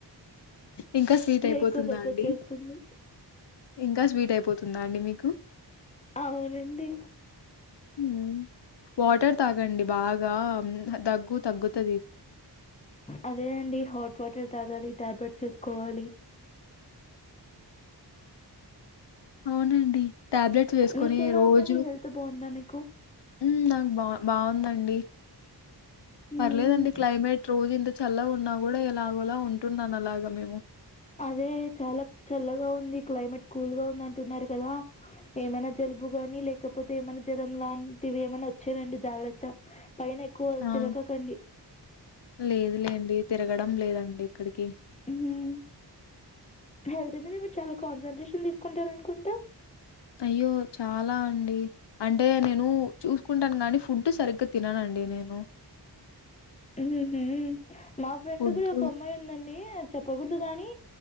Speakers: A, on the left; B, on the left.
A: ఇంకా స్వీట్ అయిపోతుందా
B: ఎక్కువ దగ్గొచ్చేస్తుంది
A: అండి ఇంకా స్వీట్ అయిపోతుందా అండి మీకు
B: అవునండి
A: ఉ వాటర్ తాగండి బాగా హ్మ్. దగ్గు తగ్గుతది
B: అదే అండి హాట్ వాటర్ తాగాలి టాబ్లెట్స్ వేసుకోవాలి
A: అవునండి టాబ్లెట్స్ వేసుకొని
B: మీకెలా
A: రోజు
B: ఉందండి హెల్త్ బాగుందా మీకు
A: ఉమ్ బా బాగుంది అండి
B: మ్మ్.
A: పర్లేదండి క్లైమేట్ రోజు ఎ చల్ల ఉన్నా కూడా ఎలాగోలా ఉంటున్నాను అలాగ మేము
B: అదే చాలా చల్లగా ఉంది క్లైమేట్ కూల్ గా ఉంది అంటున్నారు కదా ఏమైనా జల్ జలుబు గాని లేకపోతే ఏమనా జ్వరం లాంటివి ఏమన్నా వచ్చా రండి జాగ్రత్త పైన ఎక్కువ
A: ఆ
B: తిరగకండి
A: లేదు లేండి తిరగడం లేదండి ఎక్కడికి
B: మ్మ్. హెల్త్ మీరి మీరు చాలా కాన్సన్ట్రేషన్ తీసుకుంటార అనుకుంటా
A: అయ్యో చాలా అండి అంటే నేను చూసుకుంటాను గానీ ఫుడ్ సరిగ్గా తిననండి నేను
B: హు ఉమ్ మా ఫ్రెండ్
A: ఫుడ్
B: కూడా ఒక అమ్మాయి ఉందండి చెప్పకూడదు కాగాని